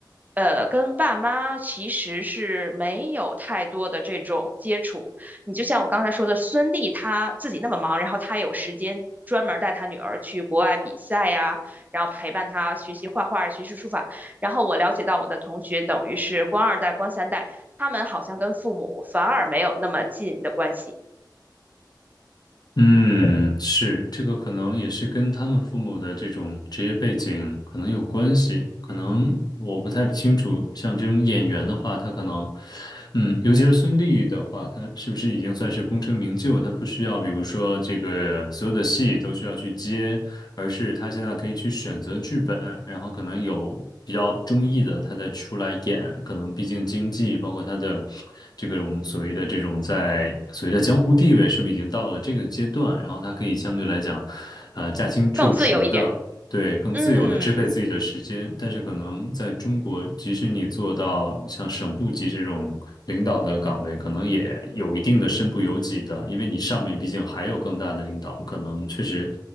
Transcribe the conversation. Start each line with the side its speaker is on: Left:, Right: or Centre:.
Right: 呃，跟爸妈其实是没有太多的这种接触。你就像我刚才说的，孙俪她自己那么忙，然后她有时间专门带她女儿去国外比赛呀，然后陪伴他学习画画、学习书法。然后我了解到我的同学等于是官二代、官三代，他们好像跟父母反而没有那么近的关系，
Left: 嗯，是，这个可能也是跟他们父母的这种职业背景可能有关系，可能我不太清楚。像这种演员的话，他可能，嗯，尤其是孙俪的话，她是不是已经算是功成名就？她不需要，比如说这个所有的戏都需要去接，而是她现在可以去选择剧本，然后可能有。比较中意的，他再出来演，可能毕竟经济，包括他的这个我们所谓的这种在所谓的江湖地位，是不是已经到了这个阶段？然后他可以相对来讲，呃，驾轻就熟的对，
Right: 更自由一点。
Left: 更自由的支配自己的时间，
Right: 嗯。
Left: 但是可能在中国，即使你做到像省部级这种领导的岗位，可能也有一定的身不由己的，因为你上面毕竟还有更大的领导，可能确实，